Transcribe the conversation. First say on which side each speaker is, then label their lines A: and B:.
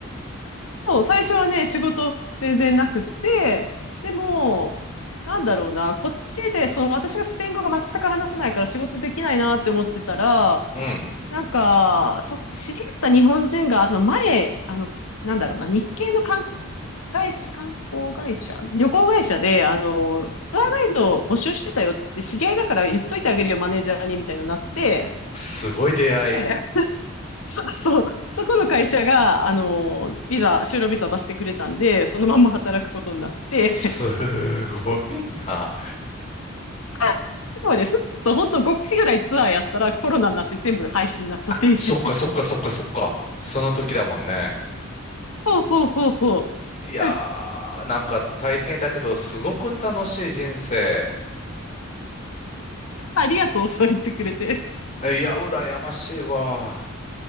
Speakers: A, on the left; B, on the left.
A: <laughs> そう、最初はね、仕事全然なくって、でも、なんだろうな、こっちで、その私がスペイン語が全く話せないから仕事できないなって思ってたら、
B: うん。
A: なんか、そ、知り合った日本人が、あの、前、あの、なんだろうな、日系の観光会社観光会社、旅行会社で、あの、ツアーガイドを募集してたよって言って知り合いだから言っといてあげるよ、マネージャーに、みたいなのになって、
B: すごい出会い。
A: ええ <laughs> そうそう、そこの会社が、あの、ビザ、就労ビザ出してくれたんで、そのまんま働くことになって、
B: すごいな。
A: <laughs> そうです。と、本当5回ぐらいツアーやったらコロナになって全部廃止になった停止。
B: あ、そっかそっかそっかそっか。その時だもんね。
A: そうそうそうそう。
B: いやー、
A: <laughs>
B: なんか大変だけど、すごく楽しい人生。
A: ありがとう、そう言ってくれて。
B: いや、羨ましいわ。